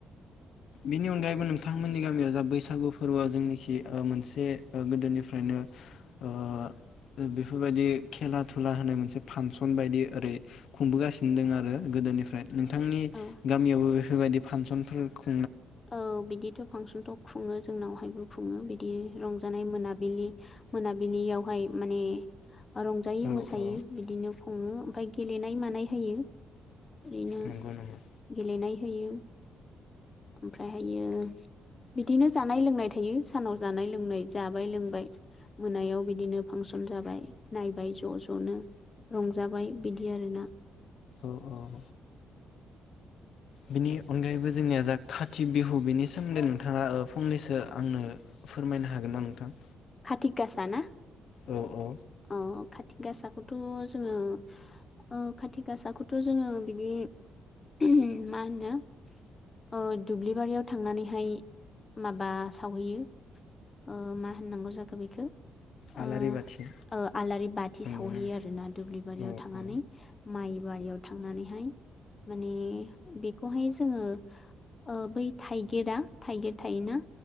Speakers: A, on the left (about 70°); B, on the left (about 30°).
A: बिनि अनगायैबो नोंथांमोननि गामियाव जा बैसागु फोरबोआ जोंनिखि मोनसे गोदोनिफ्रायनो ओ बेफोरबायदि खेला थुला होनाय मोनसे फांसन बायदि ओरै खुंबोगासिनो दं आरो गोदोनिफ्राय नोंथांनि
B: औ
A: गामियाबो बेफो बेफोरबायदि फांसनफोरखौ
B: औ बिदिथ' फांसन थ' खुंङो जों जोंनावहायबो खुंङो बिदि रंजानाय मोनाबिलि मोनाबिलियावहाय माने रंजायो
A: औ
B: मोसायो
A: औ
B: बिदिनो खुंङो ओमफाय गेलेनाय मानाय होयो ओरैनो
A: नंगौ नंगौ
B: गेलेनाय होयो ओमफ्रायहायो बिदिनो जानाय लोंनाय थायो सानाव जानाय लोंनाय जाबाय लोंबाय मोनायाव बिदिनो फांसन जाबाय नायबाय ज' ज'नो रंजाबाय बिदि आरोना
A: औ औ बिनि अनगायैबो जोंनिया जा खाथि बिहु बेनि सोमोन्दै नोंथांङा फंनैसो आंनो फोरमायनो हागोन ना नोंथां?
B: खाथि गासाना?
A: औ औ
B: अ खाथि गासा खौथ' जोंङो ओ खाथि गासाखौथ' जोंङो उम बिदि उमह मा होनो ओ दुब्लिबारियाव थांनानैहाय माबा सावहैयो ओ मा होनाननांगौ जाखो बेखौ
A: आलारि
B: ओ
A: बाथि
B: आलारि बाथि
A: नंगौना
B: सावहैयो आरोना दुब्लि बारियाव
A: औ
B: थांनानै
A: औ
B: माइ गुवारियाव थांनानैहाय माने बेखौहाय जोंङो ओ बै थाइगिरा थाइगिर थायोना